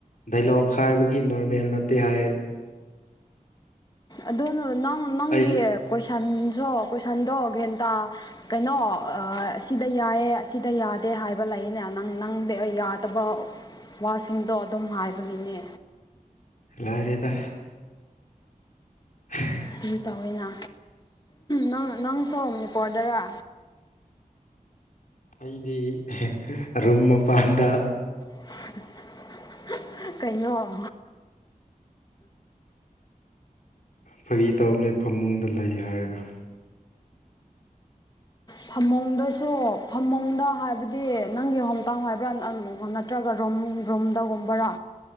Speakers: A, on the left; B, on the left.
A: ꯗꯥꯏꯂꯣꯛ ꯈꯥꯏꯕꯒꯤ ꯅꯣꯔꯃꯦꯜ ꯅꯠꯇꯦ ꯍꯥꯏꯌꯦ
B: ꯑꯗꯨꯅ ꯅꯪ ꯅꯪꯒꯤ
A: ꯑꯩꯁꯦ
B: ꯀꯣꯏꯁꯟꯁꯨ ꯀꯣꯏꯁꯟꯗꯣ ꯍꯦꯟꯇꯥ ꯀꯩꯅꯣ ꯑꯁꯤꯗ ꯌꯥꯏꯌꯦ ꯑꯁꯤꯗ ꯌꯥꯗꯦ ꯍꯥꯏꯕ ꯂꯩꯅꯦ ꯅꯪ ꯅꯪꯗꯤ ꯌꯥꯗꯕ ꯋꯥꯁꯤꯡꯗꯣ ꯑꯗꯨꯝ ꯍꯥꯏꯕꯒꯤꯅꯦ
A: ꯂꯣꯏꯔꯦꯗ <unintelligible>
B: ꯀꯔꯤ ꯇꯧꯋꯦꯅ ꯅꯪ ꯅꯪꯁꯨ ꯃꯅꯤꯄꯨꯔꯗꯔꯥ
A: ꯑꯩꯗꯤ ꯔꯨꯝ ꯃꯄꯥꯟꯗ
B: <unintelligible> ꯀꯩꯅꯣ
A: ꯐꯒꯤ ꯇꯧꯅꯦ ꯐꯃꯨꯡꯗ ꯂꯩ ꯍꯥꯏꯔꯒ
B: ꯐꯃꯨꯡꯗꯁꯨ ꯐꯃꯣꯡꯗ ꯍꯥꯏꯕꯗꯤ ꯅꯪꯒꯤ ꯍꯣꯝꯇꯥꯡ ꯍꯥꯏꯕ꯭ꯔꯥ ꯅꯠꯇ꯭ꯔꯒ ꯔꯣꯝ ꯔꯨꯝꯗꯒꯨꯝꯕꯔꯥ